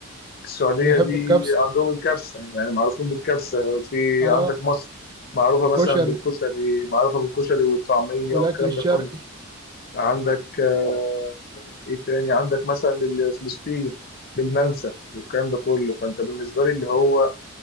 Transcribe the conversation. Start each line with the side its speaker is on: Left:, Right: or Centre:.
Left: السعوديه
Right: بيحب
Left: دي
Right: الكبسة
Left: عندهم الكبسه يعني معروفين بالكبسه في
Right: اه
Left: عندك مصر معروفه مثلا
Right: كشري
Left: بالكشري معروفه بالكشري والطعميه
Right: والاكل
Left: والكلام
Right: الشرقي
Left: ده كله عندك آه، ايه تاني عندك مثلا ال- فلسطين بالمنسف والكلام ده كله فانت بالنسبه لي اللي هو